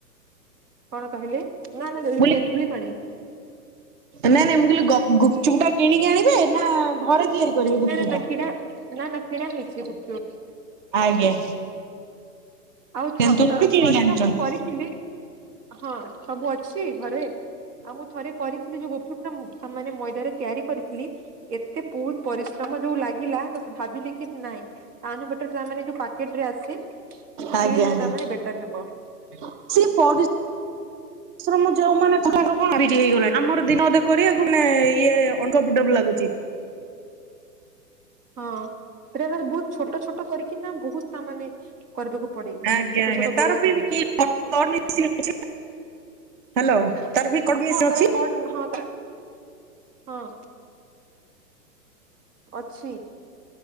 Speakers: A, on the right; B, on the right.
A: କଣ କହିଲେ? ନା ନା ଯୋଉ
B: <unintelligible>
A: ତେନ୍ତୁଳି ପାଣି
B: ନାଇଁ ନାଇଁ ମୁଁ କହିଲି ଗ ଗୁପଚୁପ୍ ଟା କିଣିକି ଆଣିବେ ନା ଘରେ ତିଆରି? କରିବେ ଗୁପଚୁପ୍
A: ନା-ନା-ନା
B: ଟା?
A: କିଣା ନା-ନା କିଣା ହେଇଚି ଗୁପ୍ ଚୁପ୍।
B: ଆଜ୍ଞା।
A: ଆଉ ଥ
B: ତେନ୍ତୁଳି ବି କିଣିକି
A: ଥରେ
B: ଆଣିଛନ୍ତି
A: ନା ମୁଁ କରିଥିଲି, ହଁ ସବୁ ଅଛି। ଘରେ, ଆଉ ମୁଁ ଥରେ କରିଥିଲି ଯୋଉ ଗୁପଚୁପ ଟା ମାନେ ମଇଦାରେ ତିଆରି କରିଥିଲି। ଏତେ ବହୁତ ପରିଶ୍ରମ ଯୋଉ ଲାଗିଲା ତ ଭାବିଲି କି ନାଇଁ ଟାଉନବଟର ମାନେ ଯୋଉ ପ୍ୟାକେଟ ରେ ଆସେ କିଣିଦଲେ
B: ଆଜ୍ଞା ଆଜ୍ଞା।
A: ତାମାନେ ବେଟର ହେବ‌।
B: ସେ। <unintelligible> ପରିଶ୍ରମ ଯୋଉ ମାନେ କଲା କ୍ଲାରିଟ ହେଇଗଲାଣି। ଆମର ଦିନ ଅଧେ କରିବାକୁ ମାନେ ଇଏ ଅଙ୍ଗ ବିଣ୍ଡବ ଲାଗୁଚି।
A: ହଁ ସେଇଟା ତାର ବହୁତ ଛୋଟ ଛୋଟ କରିକି ନା ବହୁତ ତା ମାନେ କରିବାକୁ ପଡ଼େ,
B: ଆଜ୍ଞା
A: ଛୋଟ
B: ଆଜ୍ଞା
A: ଛୋଟ
B: ତାର
A: ଗୋଳା କରିକି।
B: <unintelligible> ହ୍ୟାଲୋ। ତାର ବି କଟ ମେସିନ୍
A: ହଁ
B: ଅଛି।
A: ତାର କଟ ହଁ ତାର ହଁ। ଅଛି।